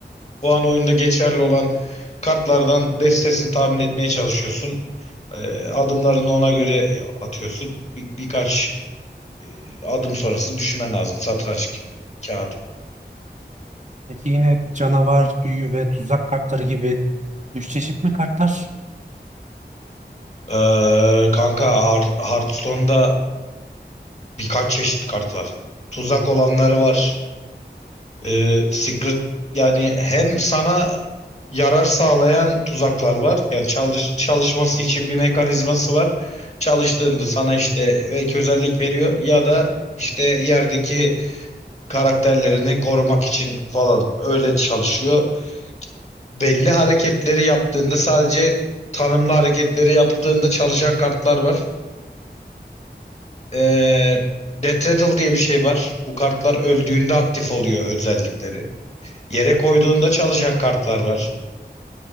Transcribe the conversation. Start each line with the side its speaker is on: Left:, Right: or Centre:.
Left: o an oyunda geçerli olan kartlardan destesini tahmin etmeye çalışıyorsun. Ee, adımlarını ona göre atıyorsun. Bir, birkaç e, adım sonrasını düşünmen lazım. Satranç gibi. Kağıt oyunu.
Right: Peki yine canavar, büyü ve tuzak kartları gibi üç çeşit mi kartlar?
Left: Ee, kanka Har- Hearthstone'da birkaç çeşit kart var. Tuzak olanları var. Ee, Secret yani hem sana yarar sağlayan tuzaklar var. Yani çalış çalışması için bir mekanizması var. Çalıştığında sana işte ek özellik veriyor ya da işte yerdeki karakterlerini korumak için falan öyle çalışıyor. Belli hareketleri yaptığında sadece tanımlı hareketleri yaptığında çalışan kartlar var. Ee, Death Rattle diye bir şey var. Bu kartlar öldüğünde aktif oluyor özellikleri. Yere koyduğunda çalışan kartlar var.